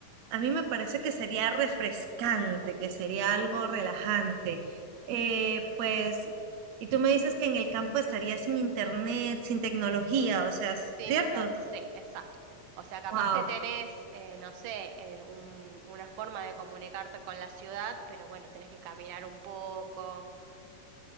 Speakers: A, on the right (about 70°); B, on the right (about 85°).
A: a mí me parece que sería refrescante, que sería algo relajante. Eh, pues, y tú me dices que en el campo estaría sin internet, sin tecnología, o sea,
B: Sin
A: ¿cierto?
B: inter- Sí, exacto. O sea, capaz
A: Wow,
B: que tenés, eh, no sé, el- un- una forma de comunicarte con la ciudad, pero bueno, tenés que caminar un poco.